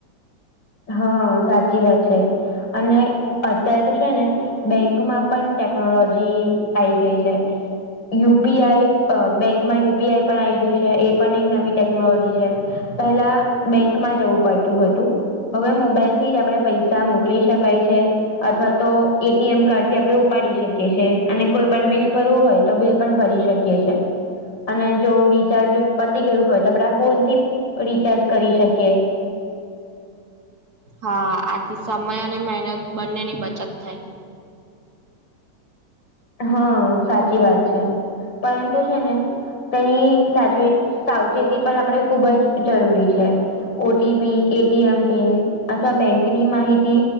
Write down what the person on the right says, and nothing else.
હા આથી સમય અને મહેનત બંનેની બચત થાય.